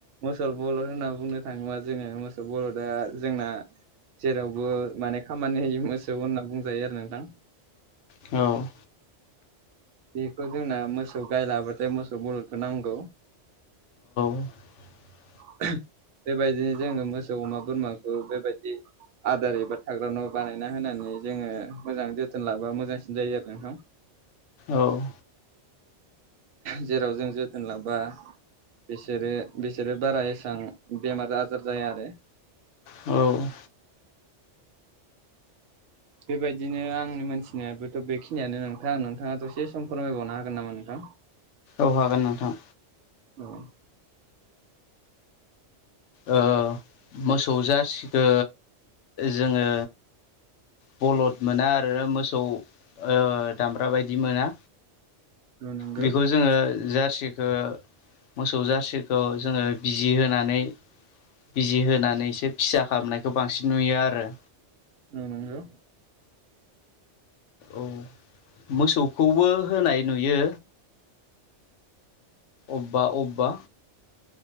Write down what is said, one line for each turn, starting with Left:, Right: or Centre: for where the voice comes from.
Right: मोसौ बलद होनना बुंनो थाङोबा जोङो मोसौ बलदा जोंना जेरावबो माने खामानि होयि मोसौ होनना बुंजायो आरो नोंथां।
Left: औ
Right: बेखौ जोंना मोसौ गाय लाबाथाय मोसौ बलदखौ नांगौ।
Left: <inaudible>
Right: <unintelligible> बेबायदिनो जोङो मोसौ अमा बोरमाखौ बेबायदि आदार एबा थाग्रा न' बानायना होनानै जोङो मोजां जोथोन लाबा मोजांसिन जायो आरो नोंथां।
Left: औ
Right: जेराव जों जोथोन लाबा बिसोरो बिसोरो बारा एसां बेमार आजार जाया आरो।
Left: औ
Right: बेबायदिनो आंनि मोनथिनायाबोथ' बेखिनियानो नोंथां नोंथाङा दसे सम फोरमायबावनो हागोन नामा नोंथां?
Left: औ हागोन नोंथां।
Right: औ <inaudible>
Left: ओ मोसौ जारसिखो जोङो बलद मोना आरो मोसौ ओ दामब्रा बायदि मोना।
Right: औ नंगौ
Left: बेखौ जोङो जा सिखौ मोसौ जारसिखौ जोङो बिजि होनानै बिजि होनानैसो फिसा खामनायखौ बांसिन नुयो आरो‌।
Right: औ नोंगौ।
Left: औ मोसौखौबो होनाय नुयो। अब्बा अब्बा